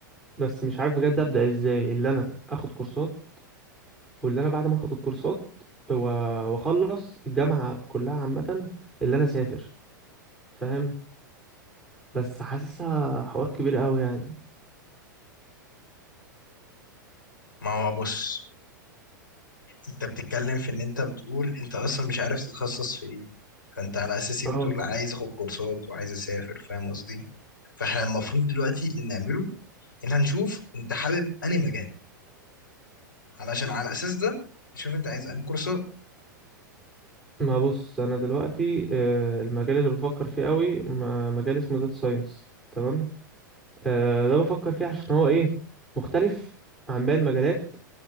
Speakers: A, in the centre; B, on the left.
A: بس مش عارف بجد أبدأ إزاي اللي أنا أخد كورسات واللي أنا بعد ما أخد الكورسات و- وأخلص الجامعة كلها عامة اللي أنا أسافر فاهم بس حاسسها حوار كبير أوي يعني
B: ما هو بص انت بتتكلم في ان انت بتقول انت اصلا مش عارف تتخصص في ايه فانت على اساسي
A: اه
B: بتقول عايز اخد كورسات وعايز اسافر فاهم قصدي فاحنا المفروض دلوقتي اللي نعمله ان هنشوف انت حابب انهي مجال علشان على اساس ده نشوف انت عايز انهي كورسات
A: ما بص انا دلوقتي آه، المجال اللي بفكر فيه قوي م- مجال اسمه داتا ساينس تمام آه، ده بفكر فيه عشان هو ايه مختلف عن باقي المجالات